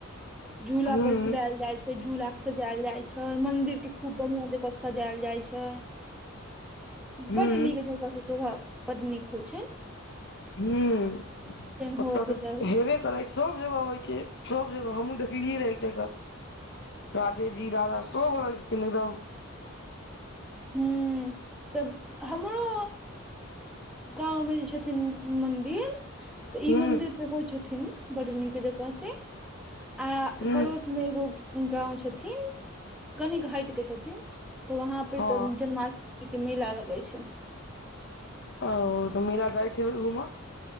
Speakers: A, in the centre; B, on the left.
A: झूला
B: हूँ
A: पर झुलायल जाय छै झूला के सजायल जाय छय मंदिर के खूब बढ़िया जगह सजायल जाइ छै
B: हूँ
A: बड्ड नीक जगकह छै सुभह पतनीक होइ छ
B: हं
A: हुअ
B: ओतऽ के
A: चाही
B: हेबे करै छै सब जगह होइ छय सब जगह हमहुँ देखलियै रहै एक जगह राधे जी राधा शो बोलाै छैन एकदम
A: हूँ त हमरो गाँवमे जे छथिन मन्दिर तऽ
B: हूँ
A: ई मंदिर पे होय छथिन बड नीक जकाँ से आ
B: हूँ
A: पड़ोस मे एगो गाँंव छथिन कनिक हट के छथिन तऽ वहाँ पे
B: हँ हँ
A: तऽ जन्माष्टमी के मेला लगे छै
B: ओ तऽ मेला जाइत हेबै घूमऽ